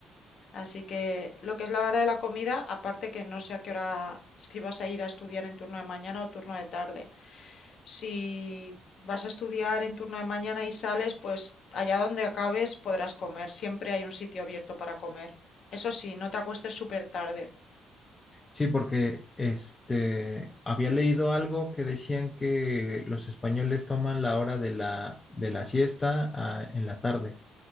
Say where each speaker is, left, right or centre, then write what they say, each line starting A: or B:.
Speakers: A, on the left (about 65°); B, on the left (about 25°).
A: Así que lo que es la hora de la comida, aparte que no sé a qué hora, si vas a ir a estudiar en turno de mañana o turno de tarde. Si vas a estudiar en turno de mañana y sales, pues allá donde acabes podrás comer. Siempre hay un sitio abierto para comer. Eso sí, no te acuestes súper tarde.
B: Sí, porque este había leído algo que decían que los españoles toman la hora de la de la siesta ah, en la tarde.